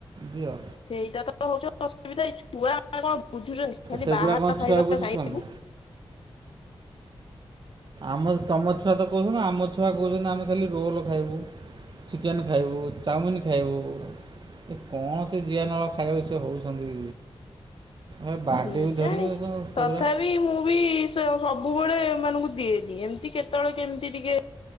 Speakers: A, on the right; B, on the left.
A: ଦିଅ।
B: ସେଇଟା ତ ହେଉଛି ଅସୁବିଧା, ଏଇ ଛୁଆ ଗୁଡାକ କଣ ବୁଝୁଛନ୍ତି, ଖାଲି
A: ସେଗୁଡ଼ା
B: ବାହାର୍
A: କ'ଣ
B: ଖାଇବା
A: ଛୁଆ ବୁଝୁଛନ୍ତି
B: ଖାଇବୁ
A: ଆମ ତମ ଛୁଆ ତ କହୁଛନ୍ତି, ଆମ ଛୁଆ କହୁଛନ୍ତି ଆମେ ଖାଲି ରୋଲ ଖାଇବୁ। ଚିକେନ୍ ଖାଇବୁ ଚାଉମିିନ ଖାଇବୁ କଣ ସେ ଜିଆ ନାଳ ଖାଇବାକୁ ସେ ହେଉଛନ୍ତି। ଏ ବାର୍ଥଡେକୁ
B: କେଜାଣି,
A: ଧରିକି ସେଗୁଡ଼ା
B: ତଥାପି ମୁଁ ବି ତ ସବୁବେଳେ ଏମାନଙ୍କୁ ଦିଏନି ଏମିତି କେତେବେଳେ କେମିତି ଟିକେ